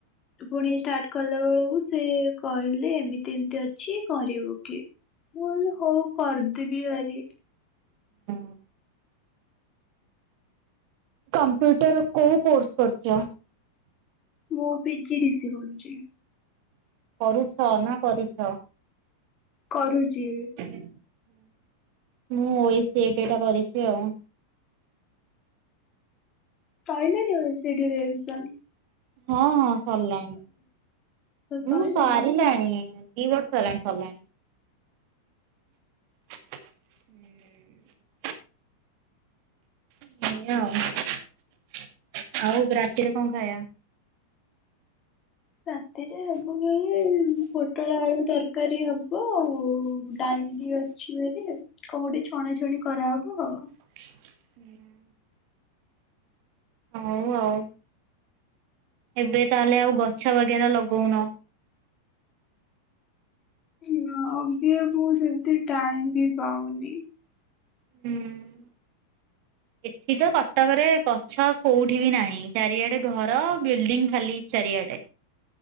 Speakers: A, on the left; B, on the right.
A: ପୁଣି ଷ୍ଟାର୍ଟ କଲା ବେଳକୁ ସେକହିଲେ ଏମିତି ଏମିତି ଅଛି କରିବୁକି? ମୁଁ ହିଲି ହଉ କରିଦେବି ଭରି
B: ହ। କମ୍ପ୍ୟୁଟର କୋଉ କୋର୍ସ କରୁଚ?
A: ମୁଁ ପି ଜି ଡି ସିି କରୁଚି।
B: କରୁଛ ନା କରିଛ?
A: କରୁଚି।
B: ହୁଁ ମୁଁ ଏସି ଏ ଟା ଟା କରିଛି ଆଉ।
A: ସଇଲାଣି ଏନ୍ ସି ଡ଼ି ର ଏକଜାମ୍?
B: ହଁ ହଁ ସରିଲାଣି।
A: ସଇଲାଣି।
B: ମୁଁ ସାରିଲାଣି ଦି ବର୍ଷ ର୍ଷ ହେଲାଣି ସର୍ଲାଣି। ହୁଁ। ଭଲ ଆଉ ରାତିରେ କଣ ଖାଇବା?
A: ରାତିରେ ହେବ ଏ ପୋଟଳ ଆଳୁ ତରକାରୀ ହବ ଆଉ ଡାଲି ଅଛି ହରି। କଣ ଗୋଟେ ଛଣାଛଣି କରାହବ ଆଉ।
B: ହୁଁ। ହଉ ଆଉ। ଏବେ ତାହେଲେ ଆଉ ଗଛ ବଗେରା ଲଗଉନ?
A: ନା ଏବିକା ମୁ ସେମତି ଟାଇମ ବି ପାଉନି। <inaudible>
B: ହୁଁ। ଏଠି ତ କଟକରେ ଗଛ କୋଉଠି ବି ନାହିଁ। ଚାରିଆଡେ ଘର ବିଲ୍ଡିଂ ଖାଲି ଚାରିଆଡେ।